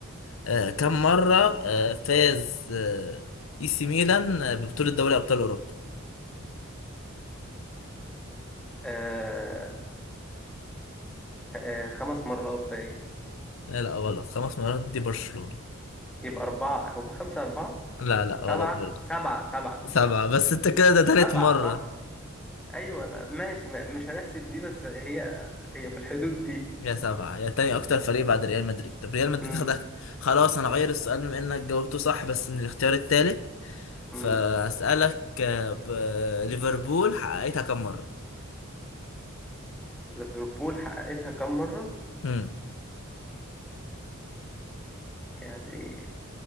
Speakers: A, on the left; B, in the centre.
A: آه كم مرة آه فاز آه إي سي ميلان آه، ببطولة دوري أبطال أوروبا
B: آه آه خمس مرات باين
A: آه لا غلط خمس مرات دي برشلونة
B: يبقى أربعة هو خمسة أربعة
A: لا لا غلط
B: سبعة
A: برضو
B: سبعة سبعة
A: سبعة بس أنت كده ده تالت
B: سبعة
A: مرة
B: صح أيوة أنا ماشي ما- مش هنحسب دي بس هي هي في الحدود دي
A: يا سبعة يا تاني أكتر فريق بعد ريال مدريد طب ريال مدريد
B: مم.
A: خدك خلاص أنا غير السؤال بما إنك جاوبته صح بس من الاختيار التالت فأسألك
B: مم.
A: آه ب- ليفربول حققتها كم مرة؟
B: ليفربول حققتها كم مرة؟
A: مم.
B: يعني